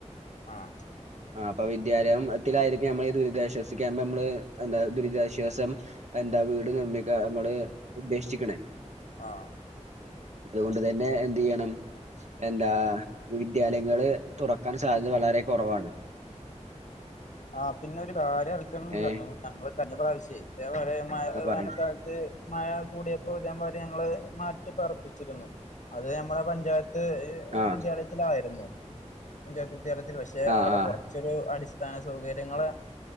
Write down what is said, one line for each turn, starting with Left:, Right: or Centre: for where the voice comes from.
Left: ആഹ്
Right: ആ അപ്പൊ വിദ്യാലയത്തിലായിരിക്കും നമ്മള് ദുരിതാശ്വാസിക്ക്പ നമ്മള് എന്താ ദുരിതാശ്വാസം എന്താ വീട് നിർമ്മിക്ക നമ്മള് ഉദ്ദേശിച്ക്ക്ണ്.
Left: ആഹ്
Right: അതുകൊണ്ട് തന്നെ എ ചെയ്യണം എന്താ വിദ്യാലയങ്ങള് തുറക്കാൻ സാധ്യത വളരെ കുറവാണ്.
Left: ആഹ് പിന്നെ ഒരു കാര്യം കളിക്കണണ്ട
Right: ഏഹ്
Left: ഞങ്ങള് കന്നി പ്ര്രാവശ്യ അതേപോലെ മഴ
Right: എന്ന് പറയും
Left: വേനൽക്കാലത്ത് മഴ കൂടിയപ്പോ ഇതേപൊലെ ഞങ്ങളെ മാറ്റിപ്പാർപ്പിച്ചിരുന്നു അത് നമ്മുടെ പഞ്ചായത്ത് ത്ത്
Right: ആഹ്
Left: വിദ്യാലയത്തിലായിരുന്നു പഞ്ചായത്ത് വിദ്യാലയത്തിൽ പക്ഷെ
Right: ആഹ്
Left: അവിടെ
Right: ആഹ്
Left: കുറച്ചൊരു അടിസ് സ്ഥാന സൗകര്യങ്ങള്